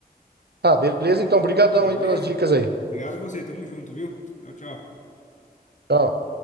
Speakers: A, on the right (about 85°); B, on the left (about 50°).
A: Ah, beleza então. Obrigadão
B: Beleza?
A: aí pelas dicas aí.
B: Obrigado você. Tamo junto, viu? Tchau, tchau.
A: Tchau.